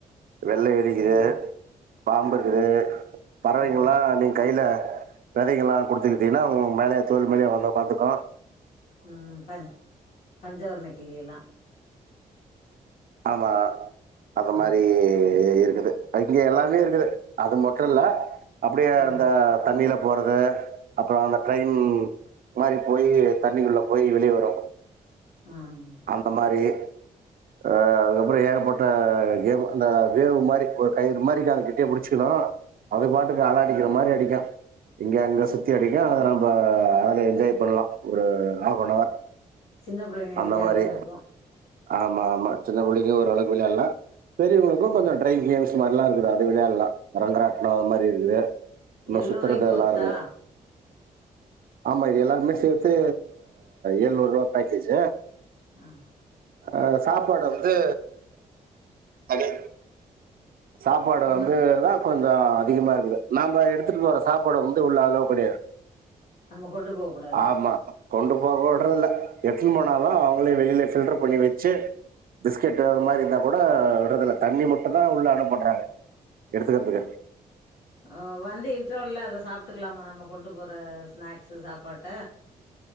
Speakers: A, on the right; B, on the left.
A: வெள்ள எலி இருக்குது
B: ம்
A: பாம்பு இருக்குது பறவைகல்லா
B: ம்
A: நீங்க கையில வெதைகல்லா குடுத்துக்கிட்டீங்கன்னா உங்க மேல தோல்மேலையே வந்த உக்காந்துக்கோ
B: ம் ப பஞ்சவர்ண கிளி எல்லா
A: ஆமா அந்த
B: ஆ
A: மாதிரி இருக்குது இங்க எல்லாமே இருக்குது அது மட்டு இல்ல அப்டியே
B: ஆ
A: இந்த தண்ணில போறது அப்புற அந்த ட்ரெயின் மாதிரி போய் தண்ணிக்குள்ள போய் வெளியே வரு
B: ம்
A: அந்த மாறி அ அதுக்கப்புற ஏகப்பட்ட க அந்த வேவு மாதிரி ஒரு கயிறு மாதிரி அது கெட்டியா புடிச்சிக்கணு அது
B: ஆ
A: பாட்டுக்கு அல அடிக்கிற மாதிரி அடிக்கு இங்க அங்க
B: சி
A: சுத்தி அடிக்கு நம்ப அத என்ஜாய் பண்ணலா ஒரு ஆஃப் நவர்
B: சின்ன பிள்ளைங்களுக்கு
A: அந்த
B: ஜாலியா
A: மாறி
B: இருக்கு
A: ஆமாமா சின்ன பிள்ளைக்கு ஓரளவுக்கு வெளையாடலா பெரியவங்களுக்கு கொஞ்ச ட்ரை கேம்ஸ் மாதிரில்லா இருக்குது அது விளையாடலா ரங்கராட்டண அது மாதிரி இருக்கு இன்னு
B: எழுநூறுவாய்க்கு
A: சுத்துறது எல்லா
B: ஒர்த்தா
A: இருக்கு ஆமா எல்லாமே சேத்து எழுநூறு ரூபா பேக்கேஜ்
B: ஆ
A: அ சாப்பாடு வந்து தனி சாப்பாடு
B: நம்ம
A: வந்து தா கொஞ்ச அதிகமா இருக்குது நாம எடுத்துட்டு வர சாப்பாடு வந்து உள்ள அளவ்ட் கிடையாது
B: நம்ம கொண்டு போக கூடாது
A: ஆமா கொண்டு போவ விட்றதுல்ல எடுதுட்டுன்னு போனாதா அவங்களே வெளியில ஃபில்டர் பண்ணி வச்சு பிஸ்கெட் அந்த மாதிரி இருந்தா கூட விடடறதுல்ல தண்ணி மட்டுந்தா உள்ள பண்றாங்க எடுத்துக்கறதுக்கு
B: அ வந்து இன்ட்ர்வல்ல அத சாப்பிட்டுக்கலாமா கொண்டு போற ஸ்நாக்ஸ் சாப்பாட்ட